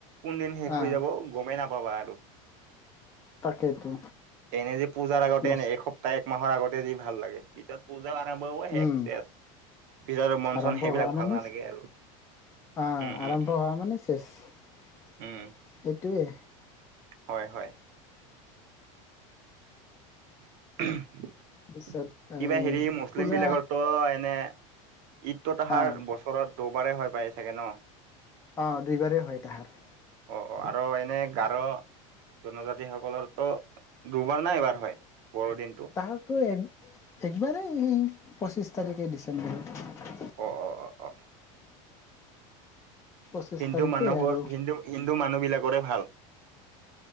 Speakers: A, on the right; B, on the left.
A: কোন দিন শেষ
B: আহ
A: হৈ যাব গমেই নাপ কবা আৰু।
B: তাকেইতো
A: এনে যে পূজাৰ আগতে
B: বছ
A: এনে এসপ্তাহ এক মাহৰ আগতে যি ভাল লাগে পিছত পূ জা আৰম্ভ হৈ শেষ
B: উম
A: চেষ। পিছত মন
B: আৰম্ভ
A: চন সেইবিলাক
B: হোৱা মানে
A: ভাল নালাগে আৰু।
B: অ',
A: উম
B: আৰম্ভ
A: উম উম
B: হোৱা মানে চেছ।
A: উম
B: এইটোৱে।
A: হয়, হয়। <unintelligible>
B: পিছত এই
A: কিবা হেৰি মুছলিম
B: পূজা
A: বিলাকৰ তো এনে ঈদ ত তাহাৰ
B: অ',
A: বছৰত দবাৰে হৈ পায় চাগে ন।
B: অ' দুইবাৰেই হয় তাহাৰ।
A: অ' অ'আৰু এনে গাৰো জনজাতি। সকলো ত দুবাৰ না এবাৰ হয় বৰো দিনটো?
B: তাহাৰতো এ একবাৰেই সেই পঁচিছ তাৰিখে ডিচেম্বৰৰ।
A: অ' অ' অ' অ'।
B: পঁচিছ
A: হিন্দু
B: তাৰিখে
A: মানুহৰ
B: আৰু
A: হিন্দু মানুহবিলাকৰে ভাল।